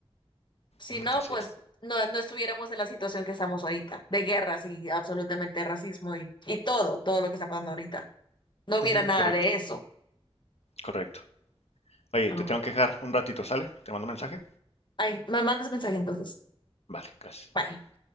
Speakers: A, on the left (about 50°); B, on the left (about 80°).
A: Si
B: Ujú,
A: no,
B: así
A: pues
B: es.
A: no, no estuviéramos en la situación que estamos ahorita, de guerras y absolutamente racismo y, y todo, todo lo que está pasando ahorita. No hubiera
B: Ujú,
A: nada
B: correcto,
A: de eso.
B: correcto. Oye,
A: No.
B: te tengo que dejar un ratito, ¿sale? Te mando un mensaje.
A: Ay, me mandas mensaje entonces.
B: Vale, gracias.
A: Bye.
B: Bye.